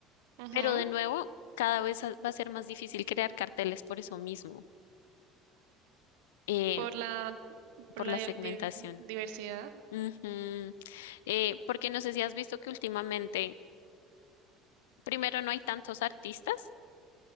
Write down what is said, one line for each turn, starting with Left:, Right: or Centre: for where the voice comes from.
Right: Ujú.
Left: Pero de nuevo, cada vez a- va a ser más difícil crear carteles por eso mismo, eh,
Right: Por la, por
Left: por
Right: la
Left: la segmentación.
Right: di- di- diversidad.
Left: Ujú. Eh, porque no sé si has visto que últimamente primero no hay tantos artistas